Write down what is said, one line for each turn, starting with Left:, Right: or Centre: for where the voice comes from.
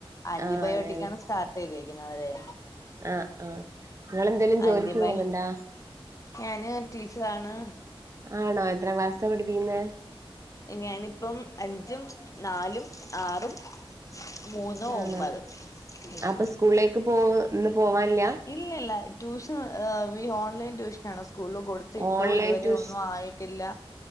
Left: ആന്റിബയോട്ടിക്ക
Right: ആ അതെ
Left: ആണ് സ്റ്റാർട്ട് ചെയ്തരിക്കുന്നത് അവരെ....
Right: ആഹ് ആഹ്..... നിങ്ങെന്തേലും ജോലിക്ക്
Left: ആന്റിബയോ
Right: പോന്നണ്ടാ....
Left: ഞാന് ടീച്ചറാണ്
Right: ആണോ എത്ര ക്ലാസ്സാ പഠപ്പിക്കുന്ന....
Left: ഞാനിപ്പം അഞ്ചും നാലും ആറും..... മൂന്നും
Right: ആണോ
Left: ഒമ്പത് ഉം
Right: അപ്പൊ സ്കൂളിലേക്ക് പോ ഇന്ന് പോവാനില്ല....
Left: ഇല്ലല്ല ട്യൂഷൻ ഈ ഓൺലൈൻ ട്യൂഷന ആണ് സ്കൂളിൽ കൂടു ട്ടു
Right: ഓൺലൈൻ
Left: ഇതുവരെ
Right: ട്യൂഷ
Left: ഒന്നും ആയിട്ടില്ല....